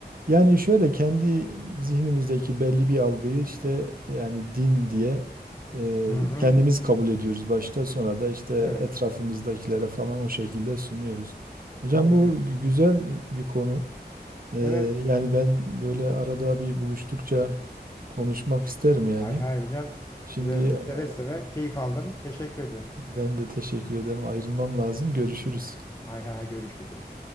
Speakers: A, on the right (about 55°); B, on the left (about 20°).
A: yani şöyle kendi zihnimizdeki belli bir algıyı işte yani din diye e,
B: Hı hı.
A: kendimiz kabul ediyoruz başta sonra da işte
B: Evet,
A: etrafımızdakilere falan o şekilde sunuyoruz. Hocam
B: doğru
A: bu
B: diyorsun.
A: gü- güzel bir konu. Ee,
B: Evet.
A: yani ben böyle arada bir buluştukça konuşmak isterim yani.
B: Hay hay hocam.
A: Şimdi
B: Size
A: e,
B: seve seve keyif aldım. Teşekkür ederim.
A: ben de teşekkür ederim. Ayrılmam lazım. Görüşürüz.
B: Hay hay görüşürüz hocam.